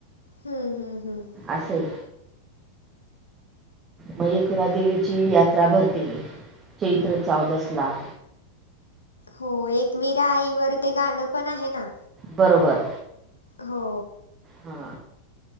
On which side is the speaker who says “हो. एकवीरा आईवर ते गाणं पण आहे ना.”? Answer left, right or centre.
Left